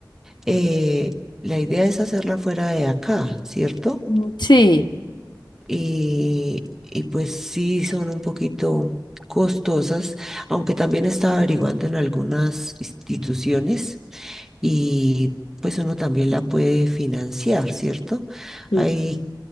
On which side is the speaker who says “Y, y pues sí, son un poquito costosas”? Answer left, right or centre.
Centre